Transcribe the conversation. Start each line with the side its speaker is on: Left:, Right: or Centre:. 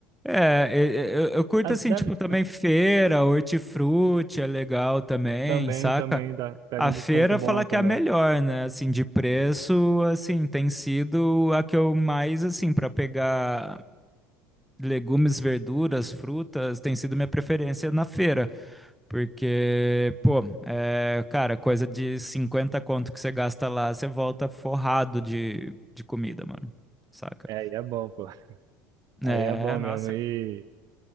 Centre: É, e- e- eu, eu curto
Right: Ah,
Centre: assim,
Right: deve,
Centre: tipo, também feira, hortifruti é legal também,
Right: também,
Centre: saca?
Right: também, dá, pega
Centre: A
Right: um
Centre: feira
Right: desconto bom
Centre: fala
Right: também.
Centre: que é a melhor, né? Assim, de preço, assim, tem sido a que eu mais, assim, pra pegar legumes, verduras, frutas, tem sido minha preferência na feira. Porque, pô, é, cara, coisa de 50 conto que você gasta lá, você volta forrado de, de comida, mano. Saca?
Right: É, aí é bom, pô.
Centre: É,
Right: Aí é bom
Centre: nossa.
Right: mesmo. E,